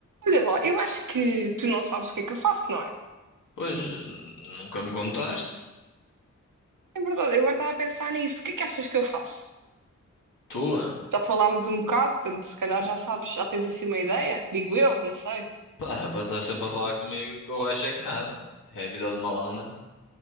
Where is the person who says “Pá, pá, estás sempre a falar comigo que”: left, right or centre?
Left